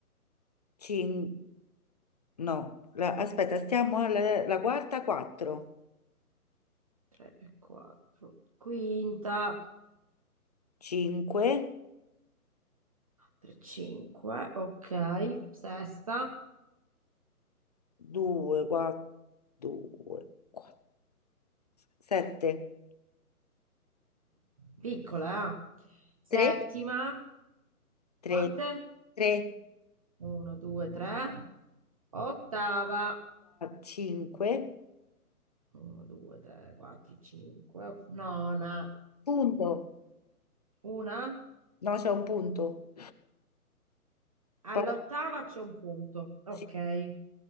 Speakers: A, on the left; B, on the right.
A: 5, no, la- aspetta, stiamo alla la quarta 4,
B: tre e quattro. Quinta,
A: 5,
B: tre, cinque, ok. Sesta.
A: 2, 4, 2, 4, 7,
B: Piccola, eh? Settima,
A: 3, 3,
B: quante?
A: 3,
B: Uno, due, tre. Ottava.
A: 5,
B: Uno, due, tre, quattro, cinque. Nona.
A: punto,
B: Una.
A: no, c'è un punto,
B: All'ottava
A: poi
B: c'è un punto. Ok.
A: sì,